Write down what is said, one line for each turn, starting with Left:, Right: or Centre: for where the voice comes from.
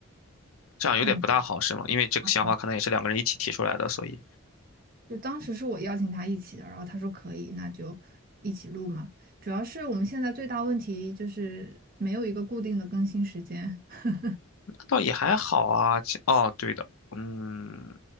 Left: 这样有点不大好，
Right: 可能
Left: 是吗？因为这个想法可能也是两个人一起提出来的，
Right: 啊，
Left: 所以。
Right: 就当时是我邀请他一起的，然后他说可以，那就一起录嘛。主要是我们现在最大问题就是没有一个固定的更新时间，<laughs>
Left: 倒也还好啊。其哦，对的，嗯，